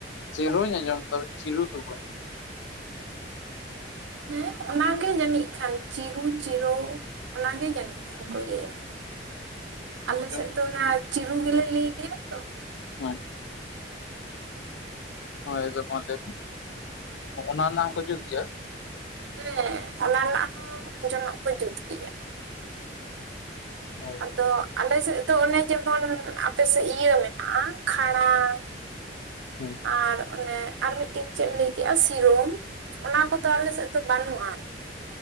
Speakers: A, on the left; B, on the right.
A: ᱪᱤᱨᱩᱧ ᱟᱸᱡᱚᱢ ᱟᱠᱟᱫᱟ ᱪᱤᱨᱩ ᱫᱚ ᱵᱟᱝ
B: ᱦᱮᱸ ᱚᱱᱟᱜᱮ ᱡᱟᱹᱱᱤᱡ ᱠᱷᱟᱱ ᱪᱤᱨᱩ ᱪᱤᱨᱚ ᱚᱱᱟᱜᱮ ᱡᱟᱹᱱᱤᱡ ᱠᱷᱟᱱ ᱠᱚ ᱞᱟᱹᱭ-ᱟ ᱟᱞᱮ
A: ᱪᱚᱝ
B: ᱥᱮᱫ ᱫᱚ ᱚᱱᱟ ᱪᱤᱨᱩ ᱜᱮᱞᱮ ᱞᱟᱹᱭ ᱜᱮᱭᱟ ᱛᱚ
A: ᱦᱳᱭ <inaudible> ᱦᱳᱭ ᱟᱫᱚ ᱢᱟ ᱞᱟᱹᱭ ᱢᱮ ᱚᱱᱟ ᱨᱮᱱᱟᱜ ᱦᱚᱸ ᱦᱤᱡᱩᱜ ᱜᱮᱭᱟ᱾
B: ᱦᱮᱸ ᱚᱱᱟ ᱨᱮᱱᱟᱜ ᱦᱚᱸ ᱡᱚᱱᱚᱜ ᱠᱚ ᱡᱩᱛ ᱠᱮᱜᱼᱟ᱾
A: ᱦᱳᱭ
B: ᱟᱫᱚ ᱟᱞᱮ ᱥᱮᱫ ᱫᱚ ᱚᱱᱮ ᱡᱮᱢᱚᱱ ᱟᱯᱮ ᱥᱮᱫ ᱤᱭᱟᱹ ᱢᱮᱱᱟᱜᱼᱟ, ᱠᱷᱟᱲᱟᱝ
A: ᱦᱩᱸ
B: ᱟᱨ ᱚᱱᱮ ᱟᱨ ᱢᱤᱫᱴᱤᱱ ᱪᱮ-ᱮᱢ ᱞᱟᱹᱭ ᱠᱮᱼᱟ ᱥᱤᱨᱚᱢ ᱚᱱᱟ ᱠᱚᱫᱚ ᱟᱞᱮ ᱥᱮᱜᱼᱼ ᱫᱚ ᱵᱟᱹᱱᱩᱜᱼᱟ